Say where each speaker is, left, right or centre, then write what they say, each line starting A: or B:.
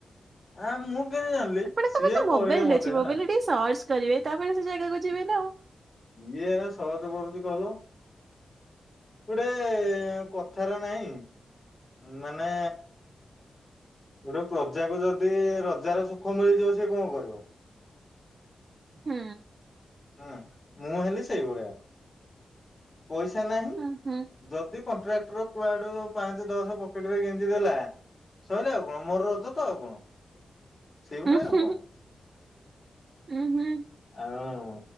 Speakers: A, on the left; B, on the right.
A: ଆ ମୁଁ କେମିତି ଜାଣିଲି
B: ଆପଣଙ୍କ
A: ସିଏ
B: ପାଖେ ମୋବାଇଲ
A: କହିଲା ମତେ
B: ଅଛି ମୋବାଇଲରେ
A: ହେଲା।
B: ଟିକେ ସର୍ଚ୍ଚ କରିବେ ତାପରେ ସେ ଜାଗାକୁ ଯିବେ ନା ଆଉ।
A: ଇଏ ଏରା ସର୍ଚ୍ଚ ଫର୍ଚ୍ଚ କଲ। ଗୋଟେ କଥାରେ ନାହିଁ ମାନେ ଗୋଟେ ପ୍ରଜାକୁ ଯଦି ରଜାର ସୁଖ ମିଳିଯିବ ସେ କଣ କରିବ।
B: ହୁଁ।
A: ହୁଁ ମୁଁ ହେଲି ସେଇଭଳିଆ, ପଇସା ନାହିଁ।
B: ହୁଁ ହୁଁ
A: ଯଦି କଣ୍ଟ୍ରାକ୍ଟର କୁଆଡୁ ପାଞ୍ଚ, ଦଶ ପକେଟରେ ଗେଞ୍ଜି ଦେଲା ସଇଲା <unintelligible> ତ ଆଉ କଣ। ସେଇଭଳିଆ
B: ଉଁ
A: ଆଉ
B: ହୁଁ
A: କଣ
B: ଉଁ ହୁଁ
A: ଆଉ